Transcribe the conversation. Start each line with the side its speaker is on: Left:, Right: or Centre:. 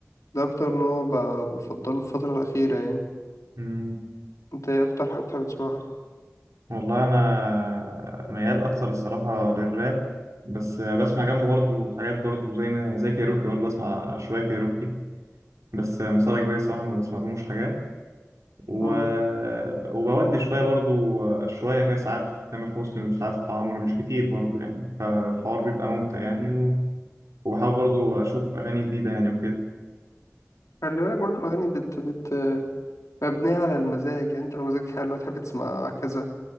Left: ده اكتر نوع ب- بفضله في الفتره الاخيره يعني
Right: مم،
Left: انت ايه اكتر حاجه بتحب تسمعها
Right: والله انا ميال اكتر الصراحه للراب بس آه، بسمع جنبه برضه حاجات برضه زي ما زي كايروكي برضه بسمع شويه كايروكي بس آه، مصاري كبير الصراحه ما بسمعلهمش حاجات و...
Left: امم
Right: وبودي شويه برضه آه، شويه كده ساعات في تامر حسني وساعات في عمرو مش كتير برضه يعني فالحوار بيبقى ممتع يعني و... وبحاول برضه اشوف اغاني جديده يعني وكده
Left: خلي بالك برضه الاغاني بت بت مبنيه على المزاج يعني انت لو مزاجك حلو تحب تسمع كذا